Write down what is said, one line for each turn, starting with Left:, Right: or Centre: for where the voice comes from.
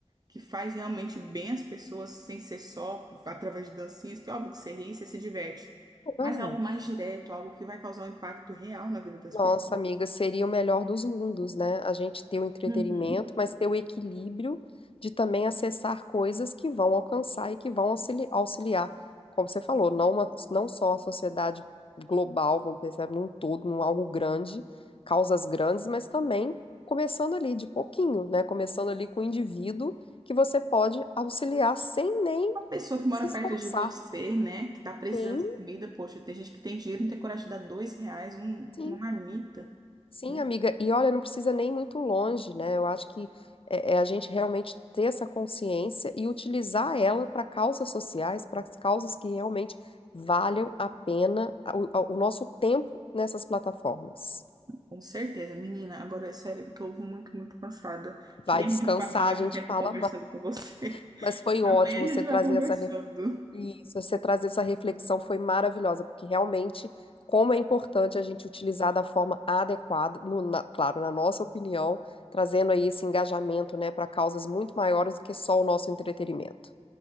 Right: que faz realmente bem às pessoas sem ser só através de dancinhas, que é óbvio que você ri, você se diverte, mas
Left: É.
Right: algo mais direto, algo que vai causar um impacto real na vida das
Left: Nossa,
Right: pessoas?
Left: amiga, seria o melhor dos mundos, né? A gente ter o entretenimento,
Right: Uhum.
Left: mas ter o equilíbrio de também acessar coisas que vão alcançar e que vão auxili- auxiliar, como você falou, não, uma- não só a sociedade global, vamos pensar num todo, num algo grande, causas grandes, mas também começando ali de pouquinho, né? Começando ali com o indivíduo que você pode auxiliar sem nem
Right: pessoa que mora
Left: se esforçar.
Right: perto de você, né, que tá precisando
Left: Sim,
Right: de comida, poxa, tem gente que tem dinheiro, não tem coragem de dar dois reais, um-
Left: sim.
Right: uma marmita,
Left: Sim,
Right: né?
Left: amiga, e olha, não precisa nem muito longe, né? Eu acho que é, é a gente realmente ter essa consciência e utilizar ela para causas sociais, para causas que realmente valham a pena o, o nosso tempo nessas plataformas.
Right: Com certeza, menina. Agora, sério, eu tô muito, muito cansada. Queria
Left: Vai descansar,
Right: muito passar mais
Left: a gente
Right: um tempo
Left: fala,
Right: conversando
Left: ma-
Right: com você. <laughs>
Left: mas foi
Right: Amanhã
Left: ótimo você
Right: a gente
Left: trazer
Right: vai conversando.
Left: essa Isso, você trazer essa reflexão foi maravilhosa, porque realmente como é importante a gente utilizar da forma adequada, no- na- claro, na nossa opinião, trazendo aí esse engajamento, né, para causas muito maiores do que só o nosso entretenimento.